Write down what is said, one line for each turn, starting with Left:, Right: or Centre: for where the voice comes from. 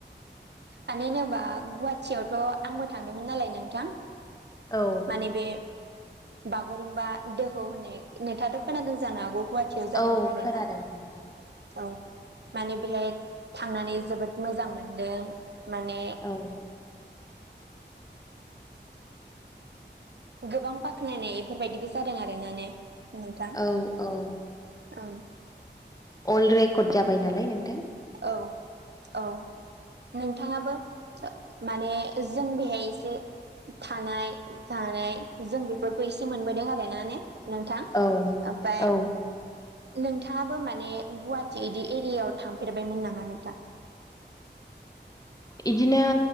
Right: मानो होनोबा गुवाहाटोयावथ' आंबो थांदोंमोन नालाय नोंथां
Left: औ
Right: माने बे बागुरुमबा दोहौ होननाय नोंथांथ' खोनादों जानो हागौ गुवाहाटोयाव जादोंमोन
Left: औ
Right: आरोना
Left: खोनादों नोंथां
Right: औ माने बेहाय थांनानै जोबोद मोजां मोनदों माने
Left: औ
Right: गोबां बाख्नायनाय बेफोरबायदिबो जादों आरोना ने नोंथां
Left: औ औ
Right: औ
Left: अल् रेकर्ड जाबाय नालाय नों
Right: औ औ नोंथाङाबो माने जों बेहाय एसे थानाय जानाय जों बेफोरखौ एसे मोनबोदों आरोना ने नोंथां
Left: औ
Right: ओमफ्राय
Left: औ
Right: नोंथाङाबो माने गुवाहाटि बिदि एरियायाव थांफेरबायमोन नामा नाथां
Left: बिदिनो